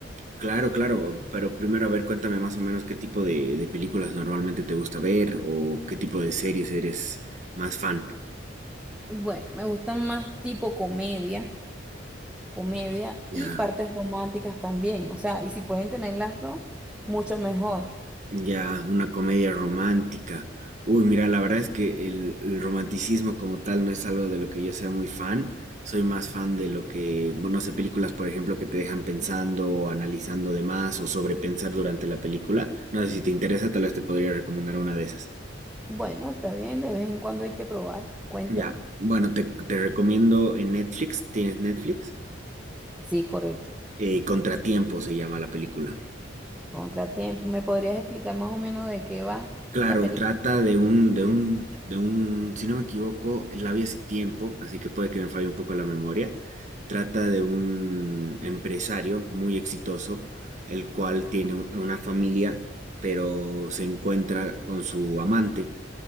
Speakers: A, on the right (about 40°); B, in the centre.
A: claro, claro, pero primero a ver, cuéntame más o menos qué tipo de, de películas normalmente te gusta ver o qué tipo de series eres más fan.
B: Bueno, me gustan más tipo comedia, comedia
A: Ya,
B: y partes románticas también. O sea, y si pueden tener las dos, mucho mejor.
A: ya, una comedia romántica. Uy, mira, la verdad es que el, el romanticismo como tal no es algo de lo que yo sea muy fan. Soy más fan de lo que, bueno, no sé, películas, por ejemplo, que te dejan pensando o analizando de más o sobrepensar durante la película. No sé si te interesa, tal vez te podría recomendar una de esas.
B: Bueno, está bien, de vez en cuando hay que probar. Cuéntame.
A: Ya, bueno, te, te recomiendo en Netflix, tienes Netflix,
B: Sí, correcto.
A: Eh, Contratiempo se llama la película.
B: Contratiempo. ¿Me podrías explicar más o menos de qué va
A: Claro,
B: la película?
A: trata de un, de un, de un, si no me equivoco, la vi hace tiempo, así que puede que me falle un poco la memoria. Trata de un empresario muy exitoso, el cual tiene un- una familia, pero se encuentra con su amante,